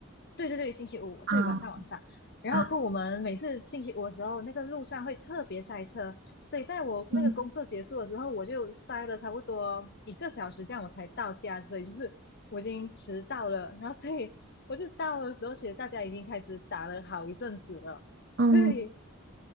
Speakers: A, on the left; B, on the right.
A: 对对对，星期五对晚上晚上，
B: 啊
A: 然后过我们每次星期五的时候，
B: 啊，
A: 那个路上会特别塞车，所以在我那个工作结束了之后，
B: 嗯
A: 我就塞了差不多一个小时这样我才到家，所以就是我已经迟到了，然后所以。我就到的时候，其实大家已经开始打了好一阵子了，
B: 嗯，
A: 对，